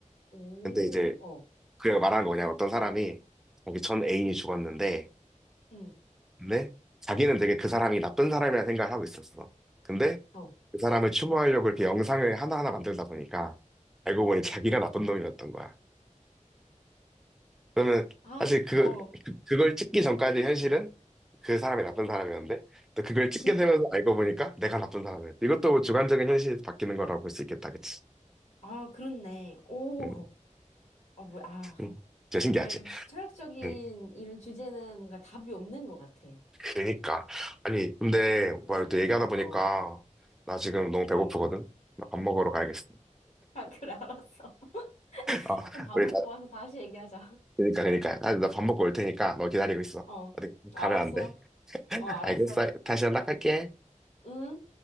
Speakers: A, on the left (about 60°); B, in the centre.
A: 오,
B: 근데 이제
A: 어,
B: 그 말하는 거냐냥 어떤 사람이 자기 전 애인이 죽었는데
A: 응,
B: 근데 자기는 되게 그 사람이 나쁜 사람이라 생각을 하고 있었어. 근데
A: 어.
B: 그 사람을 추모하려고 이렇게 영상을 하나하나 만들다 보니까 알고 보니 자기가 나쁜 놈이었던 거야. 그러면
A: 아,
B: 사실 그,
A: 어,
B: 그- 그걸 찍기 전까지 현실은 그 사람이 나쁜 사람이었는데 또 그걸 찍게
A: 그니까.
B: 되면서 알고 보니까 내가 나쁜 사람이었어 이것도 뭐 주관적인 현실이 바뀌는 거라고 볼 수 있겠다, 그치?
A: 아, 그렇네. 오,
B: 음,
A: 아, 뭐야, 아.
B: 음. 진짜 신기하지?
A: 아, 역시 철학적인
B: 음.
A: 이런 주제는 뭔가 답이 없는 것 같아.
B: 그니까. 아니, 근데
A: 아,
B: 오빠
A: 재밌네.
B: 이렇게 얘기하다 보니까
A: 어,
B: 나 지금 너무 배고프거든?
A: 어.
B: 나 밥 먹으러 가야겠어.
A: 아, 그래, 알았어. <laughs>
B: 아,
A: 그럼 밥
B: 우리
A: 먹고
B: 다,
A: 와서 다시 얘기하자.
B: 그니까, 그니까. 나 밥 먹고 올 테니까 너 기다리고 있어.
A: 어,
B: 어디 가면
A: 알았어.
B: 안 돼?
A: 어, 알았어.
B: 알겠어. 다시 연락할게.
A: 응?